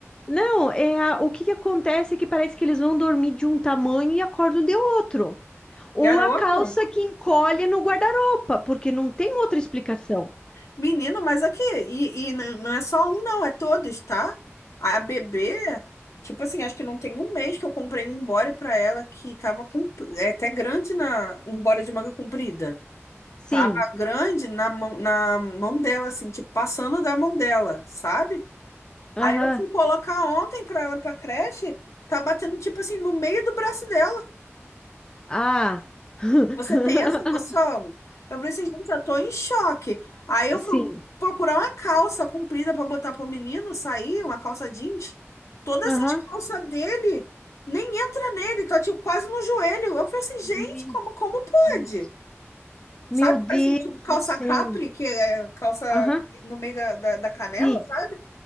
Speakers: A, on the left; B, on the left.
A: Não, é a- o que que acontece é que parece que eles vão dormir de um tamanho e acordam de outro. Ou
B: Garota.
A: a calça que encolhe no guarda-roupa, porque não tem outra explicação.
B: Menino, mas aqui, e, e n- não é só um, não, é todos, tá? A bebê, tipo assim, acho que não tem um mês que eu comprei um body pra ela que tava com, é até grande na, um body de manga comprida.
A: Sim.
B: Tava grande na mão, na mão dela, assim, tipo, passando da mão dela, sabe?
A: Aham.
B: Aí eu fui colocar ontem pra ela pra creche, tá batendo, tipo assim, no meio do braço dela.
A: Ah. <laughs>
B: Você tem essa noção? Eu falei assim, gente, eu tô em choque. Aí eu
A: Sim.
B: fui procurar uma calça comprida para botar pro menino sair, uma calça jeans. Todas
A: Aham.
B: as calças dele nem entra nele, tá tipo quase no joelho. Eu falei assim, gente,
A: Meu
B: como, como
A: Deus.
B: pode? Sabe?
A: Meu Deus
B: Parece tipo calça
A: do céu.
B: capri, que é calça
A: Aham.
B: no meio da, da, da canela,
A: Sim.
B: sabe?